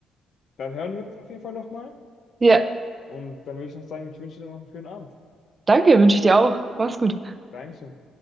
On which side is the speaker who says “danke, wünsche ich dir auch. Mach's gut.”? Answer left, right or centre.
Right